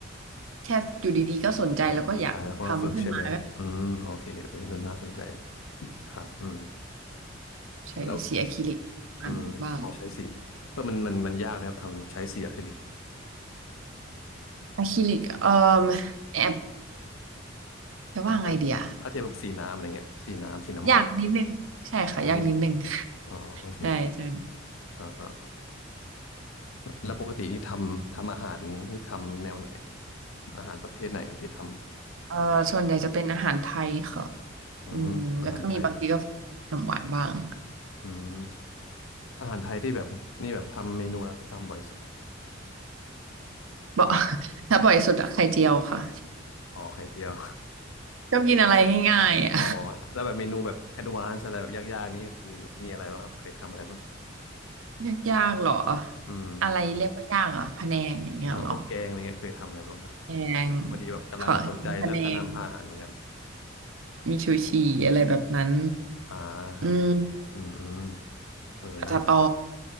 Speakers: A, on the right; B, on the left.
A: แค่อยู่ดีๆก็สนใจแล้วก็อยากทำขึ้นมา
B: อ๋อสนใจแล้วก็มาฝึกใช่ไหมอืมโอเคเออน่าสนใจครับอืม
A: ใช้สีอะคริลิกมันบ้าง
B: แล้วอืมพอใช้สีเออมันมันมันยากไหมครับทำใช้สีอะคริลิก
A: อะคริลิกเอ่อแอบจะว่าไงเดีย
B: ถ้าเทียบถ้าเทียบกับสีน้ำอะไรเงี้ยสีน้ำสีน้ำมัน
A: ยากนิดนึงใช่ค่ะยากนิดนึง
B: ยากนิดนึง
A: <laughs>
B: อ๋อโอเค
A: ใช่ใช่
B: อ่าฮะแล้วปกตินี่ทำทำอาหารนี่ทำแนวไหน อาหารประเภทไหนครับที่ทำ
A: เอ่อส่วนใหญ่จะเป็นอาหารไทยค่ะ
B: อืมอาหารไทยครับ
A: อืมแล้วก็มีบางทีก็ขนมหวานบ้าง
B: อืมอาหารไทยที่แบบนี่แบบทำเมนูอะไรที่ทำบ่อยสุด
A: บ่ <laughs> ถ้าบ่อยสุดอะไข่เจียวค่ะ
B: อ๋อไข่เจียว
A: ชอบกินอะไรง่ายๆอะ
B: อ๋อแล้วแบบเมนูแบบแอดวานซ์อะไรแบบยากๆนี่คือมีอะไรบ้างครับเคยทำอะไรบ้าง
A: <laughs> ยากๆหรอ
B: อืม
A: อะไรเรียกว่ายากอะพะแนงอย่างเงี้ยเหรอ
B: อ่าพวกแกงอะไรเงี้ยเคยทำอะไรบ้างครับ
A: แพง
B: พอดีแบบกำลังสนใจเรื่องการนำอาหารเหมือนกัน
A: ค่ะมีพะแนงมีชูชีอะไรแบบนั้น
B: อ่าครับ
A: อืม
B: อืมอืมเออน่า
A: ผัดสะตอ